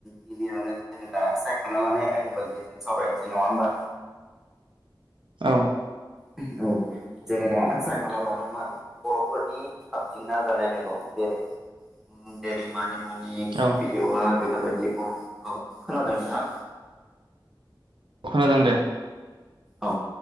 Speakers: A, in the centre; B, on the right (about 80°).
A: गिबियावनो जोङो दा सायखना लानाय आयदा बायदि जों सावरायनोसै नङा होमबा?
B: औ।
A: <unintelligible> औ जोंङो दा सायखना लादोंमोन बर'फोरनि खाबथिंना जानाय मेगं जेरै उम जेरै <inaudible> नि मुनि <unintelligible>
B: औ
A: बिलेवा बेफोरबायदि बर फोरखौ खोनादों नोंथां?
B: औ खोनादों दे।
A: औ